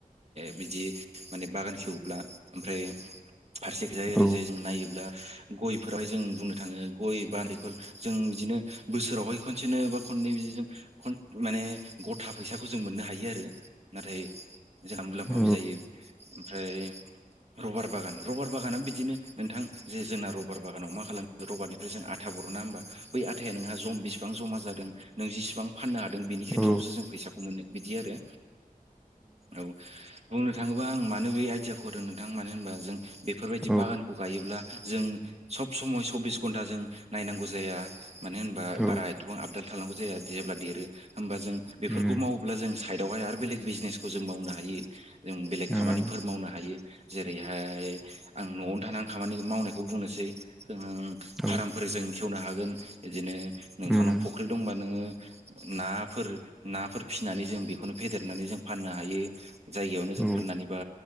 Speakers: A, on the right; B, in the centre.
A: बिदि माने बागान खेवोब्ला ओमफ्राय फारसेखैजाय
B: औ
A: ओरोइजायओरैजायो जों नायोब्ला गयफोरावहाय जों बुंनो थांङो गय बारिखल जों बिदिनो बोसोरावहाय खनसेनो बा खननै बिदि जों खन माने गथा फैसाखौ जों मोननो हायो आरो नाथाय जोंहा मुलाम्फाबो
B: औ
A: जायो ओमफ्राय रबार बागान रबार बागाना बिदिनो नोंथां जे जोंना रबार बागानाव मा खालामो रबारनिफ्राय जों आथा बर ना होनोमबा बै आथायाया नोंहा ज बिसिबां जमा जादों नों जेसेबां फाननो हादों बेनि खेथ्रआवसो
B: औ उम
A: जों फैसाखौ मोनो बिदि आरो औ बुंनो थांङोबा आं मानो बे आइदियाखौ होदों नोंथां मानो होनबा जों बेफोरबायदि
B: औ
A: बागानखौ खौ गायोब्ला जों सब समय सब्बिस घन्टा जों नायनांगौ जाया मानो होन
B: औ
A: बारा एथबां आबदाल थानांगौ जाया जेब्ला देरो होमबा जों बेफोरखौ
B: उम
A: मावोब्ला जों साइद आवहाय आरो बेलेग बिजनेसखौ जों मावनो हायो जों बेलेग
B: उम
A: खामानिफोर मावनो हायो जेरैहाय आं न'आवनो थानानै आं खामानि मावनायखौ बुंनोसै जों
B: औ
A: फार्मफोर जों खेवनो हागोन बिदिनो नोंथांनाव
B: उम
A: फुख्रि दंबा नोंङो नाफोर नाफोर फिसिनानै जों बेखौनो फेदेरनानै जों फाननो हायो जायगायावनो
B: औ
A: जों फाननानैबा